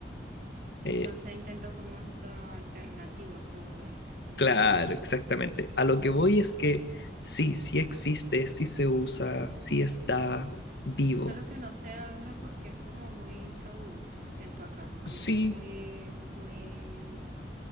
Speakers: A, on the left; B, on the right.
A: Eh,
B: Entonces intentó como esto alternativo, según él. Como
A: claro, exactamente. A lo que voy es que sí, sí existe, sí se usa, sí está vivo,
B: Solo que no se habla porque es como muy tabú, siento acá, como
A: Sí,
B: que es muy, muy,